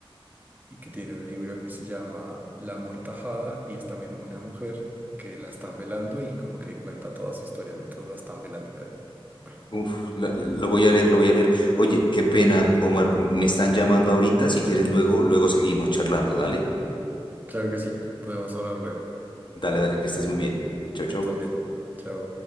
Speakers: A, on the right; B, on the left.
A: y que tiene un libro que se llama La Mortajada y es también una mujer que la están velando y como que cuenta toda su historia mientras la están velando. Eh, Bueno,
B: Uf, la- la- lo voy a leer, lo voy a leer. Oye, qué pena, Omar, me están llamando ahorita. Si quieres, luego, luego seguimos charlando. Dale,
A: claro que sí, podemos hablar luego.
B: dale, dale, que estés muy bien. Chau, chau.
A: Tú también. Chao.